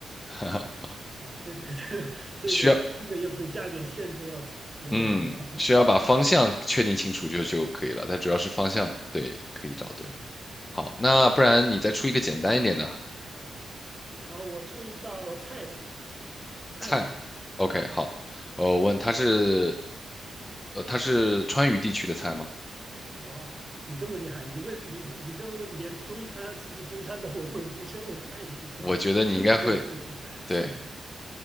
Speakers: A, on the left; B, on the right.
A: <laughs>
B: 啊啊！啊，这这这这个这个也不加点限制，
A: 需要，
B: 有点难猜。
A: 嗯，
B: <laughs>
A: 需要把方向确定清楚就就可以了，但主要是方向，对，可以找对。
B: 对
A: 好，那不然你再出一个简单一点的
B: 啊，好，我出一道菜吧，菜名。
A: 菜。OK，
B: 对，
A: 好，呃我问他是，呃，他是川渝地区的菜吗？
B: 哇，你这么厉害，你问你你都连中餐是不是中餐都不问，直接问川渝地区的，
A: 我觉得你应该会，
B: 是是是是是，
A: 对，